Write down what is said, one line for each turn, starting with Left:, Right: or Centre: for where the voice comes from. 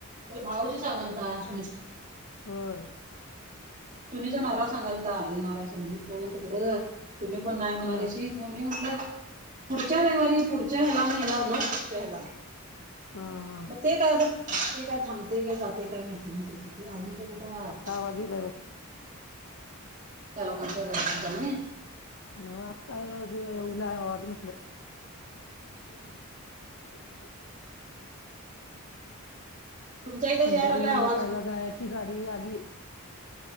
Right: तुला भाऊजी सांगालता सुनीस
Left: हो.
Right: सुनीचा नवरा सांगालता येणारा संदीप पवंत तकडं तुम्ही पण नाही म्हणाल्याशी
Left: ह
Right: मममी म्हटलं पुढच्या रविवारी पुढच्या ह्याला म येणार ना कठच्या ह्याला.
Left: हा
Right: मग
Left: ह.
Right: ते काय आता ते काय थांबते काय जाते काय माहिती नाही त्याच ते अजून का कुठं.
Left: आवाजी लाय ब
Right: त्यालाोणंतहि ना
Left: न आत्ता येवल आवाज म्हटलं.
Right: हम्म.
Left: आणि
Right: तुमच्या इथे
Left: पंढरीला
Right: यायला लागलाय आवाज
Left: लोकायला जायची गाडी आधी.